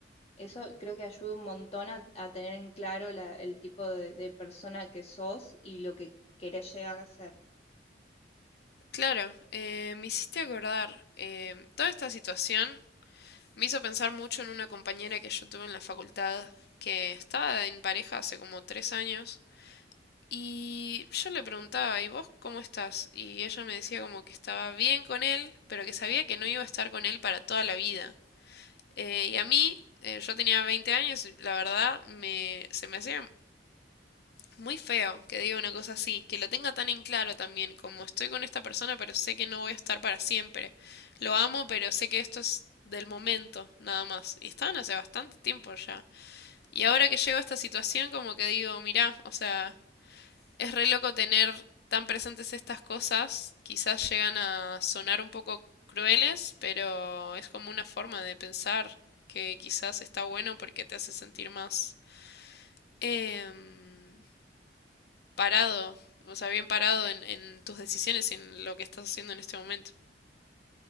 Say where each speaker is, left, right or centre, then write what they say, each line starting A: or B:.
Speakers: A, on the left (about 35°); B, on the left (about 60°).
A: Eso creo que ayuda un montón a, a tener en claro la- el tipo de, de persona que sos y lo que querés llegar a ser.
B: Claro, eh, me hiciste acordar, em, toda esta situación Me hizo pensar mucho en una compañera que yo tuve en la facultad, que estaba en pareja hace como tres años, y yo le preguntaba, ¿y vos cómo estás? Y ella me decía como que estaba bien con él, pero que sabía que no iba a estar con él para toda la vida. Eh, y a mí, eh, yo tenía 20 años, y la verdad, me, se me hacía muy feo que diga una cosa así, que lo tenga tan en claro también, como estoy con esta persona, pero sé que no voy a estar para siempre. Lo amo, pero sé que esto es del momento, nada más. Y estaban hace bastante tiempo ya. Y ahora que llego a esta situación, como que digo, mirá, o sea, es re loco tener tan presentes estas cosas. Quizás llegan a sonar un poco crueles, pero es como una forma de pensar que quizás está bueno porque te hace sentir más. Em, parado, o sea, bien parado en, en tus decisiones y en lo que estás haciendo en este momento.